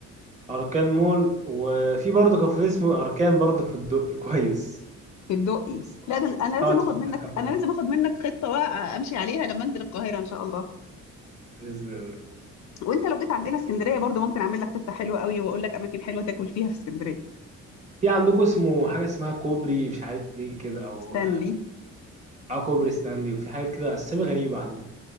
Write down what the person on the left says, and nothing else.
في الدقي
لا ده انا لازم
اخد
منك
انا لازم اخد منك خطه بقى امشي عليها لما انزل القاهره ان شاء الله
وانت لو جيت عندنا اسكندريه برضو ممكن اعمل لك خطه حلوه قوي واقول لك اماكن حلوه تاكل فيها في اسكندريه
ستانلي